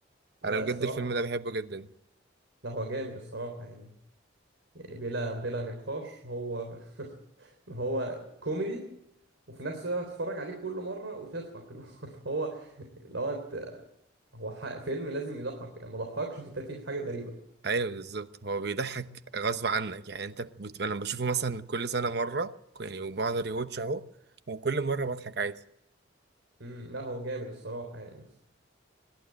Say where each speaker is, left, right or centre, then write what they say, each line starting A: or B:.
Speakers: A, on the right; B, on the right.
A: لا
B: أنا بجد
A: الصراحة
B: الفيلم ده بحبه جدا
A: لا هو جامد الصراحة يعني يعني بلا بلا نقاش هو <laughs> هو كوميدي وفي نفس الوقت تتفرج عليه كل مرة وتضحك <laughs> اللي هو لو انت هو ح... فيلم لازم يضحك يعني ما ضحكش <laughs> انت فيه حاجة غريبة
B: ايوه بالظبط هو بيضحك غصب عنك يعني انت بت... انا بشوفه مثلا كل سنه مره يعني وبقعد ريواتش اهو وكل مره بضحك عادي
A: امم لا هو جامد الصراحة يعني